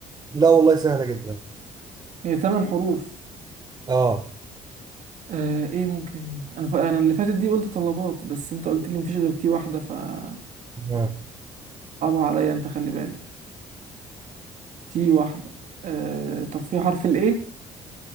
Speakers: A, on the right (about 30°); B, on the right (about 60°).
A: لا والله سهلة جدا
B: هي تمن حروف
A: اه
B: آه، ايه ممكن أنا ف... أنا اللي فاتت دي قلت طلبات بس أنت قلت لي مفيش غير تي واحدة فبتصعبها
A: اه
B: عليا أنت خلي بالك تي واحدة آه طب في حرف الايه